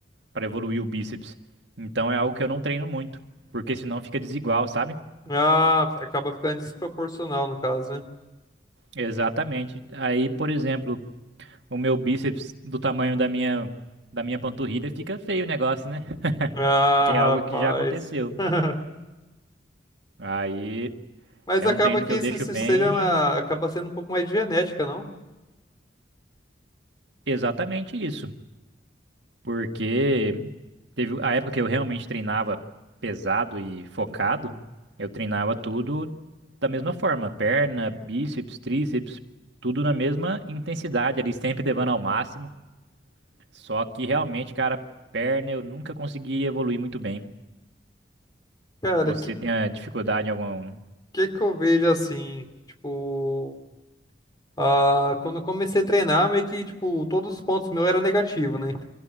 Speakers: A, on the right; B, on the left.
A: para evoluir o bíceps. Então é algo que eu não treino muito, porque senão fica desigual, sabe?
B: Ah, acaba ficando desproporcional no caso, né?
A: Exatamente. Aí, por exemplo, o meu bíceps do tamanho da minha da minha panturrilha fica feio o negócio, né?
B: Ah,
A: Que é
B: rapaz.
A: algo que já aconteceu.
B: <laughs>
A: Aí
B: Mas
A: é
B: acaba
A: um treino
B: que
A: que eu
B: isso
A: deixo
B: se-
A: bem
B: seja uma- acaba sendo um pouco mais de genética, não?
A: exatamente isso. Porque teve a época que eu realmente treinava pesado e focado, eu treinava tudo da mesma forma, perna, bíceps, tríceps, tudo na mesma intensidade ali, sempre levando ao máximo. Só que realmente, cara, perna eu nunca consegui evoluir muito bem.
B: Cara,
A: Você
B: que
A: tem a dificuldade em algum...
B: que que eu vejo assim, tipo, ah, quando eu comecei a treinar, meio que tipo, todos os pontos meus eram negativos, né?